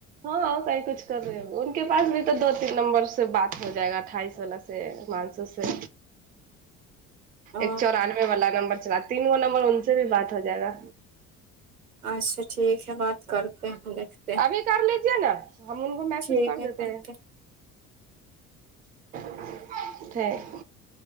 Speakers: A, on the right (about 20°); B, on the right (about 80°).
A: हँ की कुछ कर रहे हो उके पास भी तऽ दो तीन नंबर से बात हो जाएगा अठाइस वला से मानसो से
B: अ
A: एक चौरानबे वालला नंबर तीन गो नंबर उनसे भी बात हो जाएगा
B: अच्छा ठीक है बात करते हैं देखते हैं
A: अभी कर लीजिए न हम उनको मैसेज
B: ठीक
A: कर
B: करते
A: देतेै है <unintelligible>